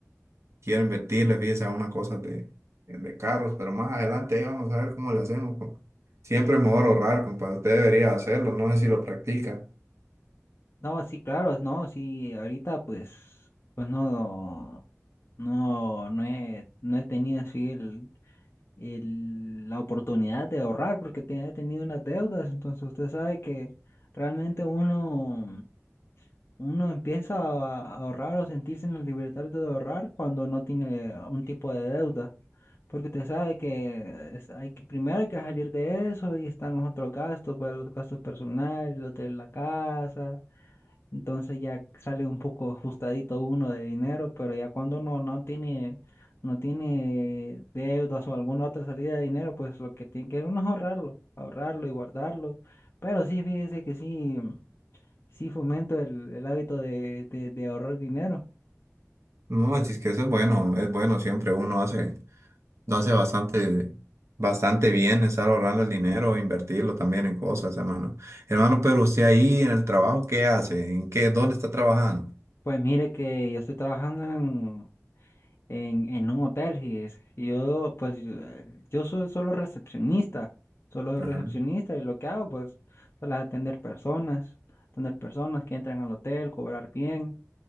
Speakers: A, on the right; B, on the left.
A: Quiero invertirle, fíjese, a unas cosas de, de carros, pero más adelante ahí vamos a ver cómo le hacemos, compa. Siempre es mejor ahorrar, compa. Usted debería hacerlo, no sé si lo practica.
B: No, sí, claro, no, sí, ahorita pues, pues no, no, no he, no he tenido así el, el- la oportunidad de ahorrar porque te- he tenido unas deudas, entonces usted sabe que realmente uno Uno empieza a a ahorrar o sentirse en la libertad de ahorrar cuando no tiene un tipo de deuda, porque usted sabe que es- hay que, primero hay que salir de eso y están los otros gastos, pues, los gastos personales, los de la casa, entonces ya sale un poco ajustadito uno de dinero, pero ya cuando uno no tiene, no tiene deudas o alguna otra salida de dinero, pues lo que tiene que uno es ahorrarlo, ahorrarlo y guardarlo, pero sí, fíjese que sí. Sí, fomento el, el hábito de, de- de ahorrar dinero.
A: No, así es que eso es bueno, es bueno, siempre uno hace. Lo hace bastante, bastante bien estar ahorrando el dinero, invertirlo también en cosas, hermano. Hermano, pero usted ahí en el trabajo, ¿qué hace? ¿En qué? ¿Dónde está trabajando?
B: Pues mire que yo estoy trabajando en, en, en un hotel, fíjese. y yo pues yo eh, yo soy solo recepcionista, solo soy
A: Ajá.
B: recepcionista y lo que hago pues solo es atender personas, atender personas que entran al hotel, cobrar bien